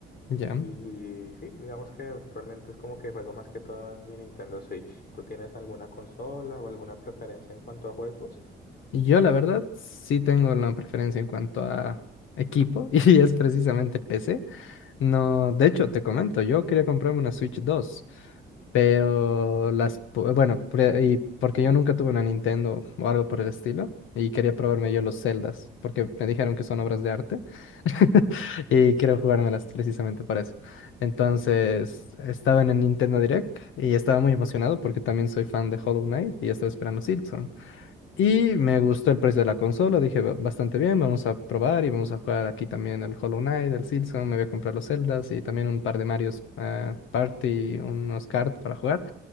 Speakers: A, on the left; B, on the left.
A: ya.
B: Y sí, digamos que actualmente es como que juego más que todo en mi Nintendo Switch. ¿Tú tienes alguna consola o alguna preferencia en cuanto a juegos?
A: Y Yo, la verdad, sí tengo una preferencia en cuanto a equipo <laughs> y es precisamente PC. No, de hecho, te comento, yo quería comprarme una Switch dos pero las, pu- bueno, pre- y porque yo nunca tuve una Nintendo o algo por el estilo y quería probarme yo los Zeldas porque me dijeron que son obras de arte <laughs> y quiero jugármelas precisamente para eso. Entonces, estaba en el Nintendo Direct y estaba muy emocionado porque también soy fan de Hollow Knight y estaba esperando Silksong. Y me gustó el precio de la consola, dije "Ba- bastante bien, vamos a probar y vamos a jugar aquí también el Hollow Knight, el Silson, me voy a comprar los Zeldas y también un par de Marios eh, Party, unos cards para jugar.